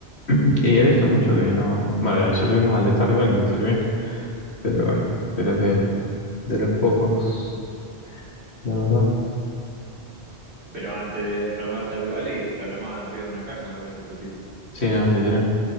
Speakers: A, on the left; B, on the right.
A: <clears throat> Y he visto mucho que no... Bueno, ayer vimos al de Stardew Valley que le salió bien, pero bueno, pero es del,
B: <laughs>
A: de los pocos, la verdad.
B: Pero antes de programar Stardew Valley, programaba del río de una caja, me parece ese tipo.
A: Sí, no, literal.